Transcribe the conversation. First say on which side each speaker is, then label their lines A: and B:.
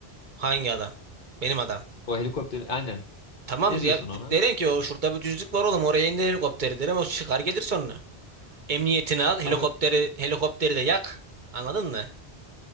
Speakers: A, on the right (about 50°); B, on the left (about 55°).
A: Hangi adam? Benim adam.
B: O helikopterin aynen.
A: Tamam
B: Ne
A: ya
B: diyorsun ona?
A: derim ki o şurada bir düzlük var oğlum oraya indir helikopteri derim o çıkar gelir sonra. Emniyetini al helikopteri
B: Abi
A: helikopteri de yak. Anladın mı?